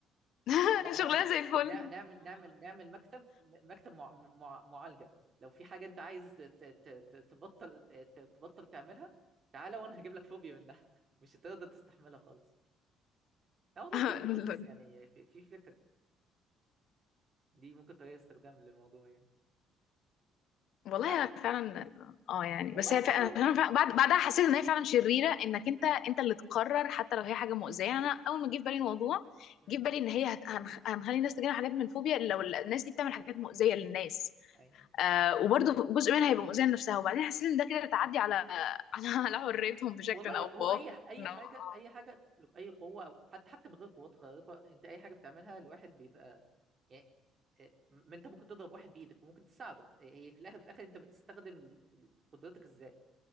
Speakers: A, on the left; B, on the right.
A: <laughs>
B: آه، ن- نعمل
A: شغلها زي الفل
B: نع- نعمل نعمل نعمل مكتب مكتب مع... مع... معالجه لو في حاجه انت عايز ت... ت... ت- تبطل ت... تبطل تعملها تعالى وانا هجيب لك فوبيا منها <laughs> مش هتقدر تستحملها خالص لا والله
A: <laughs>
B: تجيب فلوس
A: هو- <laughs>
B: يعني في, في فكره دي ممكن طريقه استخدام للموضوع يعني
A: والله
B: انت عارف
A: انا فعلا اه يعني
B: والله
A: بس هي فعلا
B: حوار ال...
A: أنا فعلاً- بعد بعدها حسيت ان هي فعلا شريره انك انت انت اللي تقرر حتى لو هي حاجه مؤذيه يعني انا اول ما جه في بالي الموضوع
B: م.
A: جه في بالي ان هي هت- هنخ- هنخلي الناس تجينا حاجات من فوبيا لو الناس دي بتعمل حاجات مؤذيه للناس
B: أيوة.
A: آه وبرضه جزء منها هيبقى مؤذيه لنفسها وبعدين حسيت ان ده كده تعدي على <laughs> على على حريتهم بشكل
B: والله
A: او باخر
B: هو اي اي
A: إنه-
B: حاجه اي حاجه اي قوه أو حتى حتى من غير قوات خارقه انت اي حاجه بتعملها الواحد بيبقى يعني إيه، ما انت ممكن تضرب واحد بايدك وممكن تساعده إيه، هي في الاخر في الاخر انت بتستخدم ال- ال- قدرتك ازاي